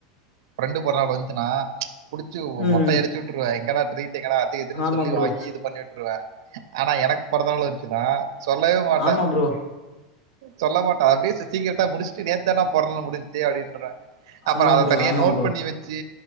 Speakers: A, on the right; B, on the left.
A: ஃப்ரெண்டு பொறந்தநாளு வந்துச்சுன்னா புடிச்சு
B: ம்
A: மொட்டை அடிச்சி வுட்டுருவே எங்கனா ட்ரீட் எங்கனா அது இதுன்
B: ஆமா
A: சொல்லி
B: ப்ரோ
A: வாங்கி இது பண்ணி வுட்டுருவே ஆனா எனக்கு பொறந்த நாளு வந்ச்சுனா சொல்லவே மாட்ட
B: ஆமா ப்ரோ
A: சொல்ல மாட்ட அப்டியே சி சீக்கிரெட்டா முடிச்ட்டு நேத் தான்டா பொறந்த நாளு முடிஞ்ச்சி அப்டின்ருவே அப்ப
B: ஆமா
A: அத
B: ப்ரோ
A: தனியா
B: ஆமா
A: நோட்
B: ப்ரோ
A: பண்ணி வச்சி